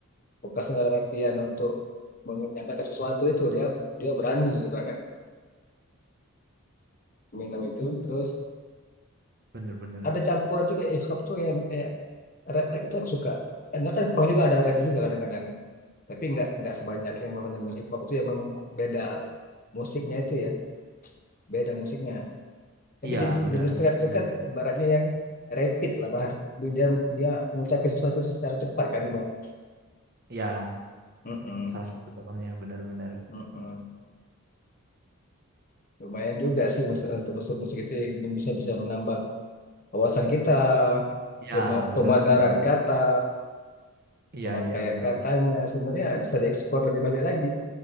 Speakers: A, on the left; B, on the right.
A: vokalnya dalam artian untuk menyampaikan sesuatu itu dia dia berani gitu kan Eminem itu terus
B: Bener-bener.
A: ada campuran juga hip hop tuh yang kayak rap rap itu aku suka karena kan Jepang juga ada rap juga kadang-kadang tapi nggak nggak sebanyak yang memang benar-benar hip hop itu yang memang beda musiknya itu ya beda musiknya tapi
B: Iya Iya,
A: jenis
B: bener
A: jenis
B: musiknya
A: rap itu kan
B: beda.
A: ibaratnya yang rapid lah bahas dia dia ngucapin sesuatu secara cepat kan ibarat
B: Iya
A: Mm-mm,
B: salah satu contohnya bener-bener.
A: mm-mm. lumayan juga sih mus- untuk masuk musik itu yang bisa bisa menambah wawasan kita
B: Iya
A: pema-
B: bener
A: pemandaran
B: sekali.
A: kata
B: Iya
A: pemakaian
B: iya bener
A: katanya
B: banget.
A: sebenarnya bisa diekspor lebih banyak lagi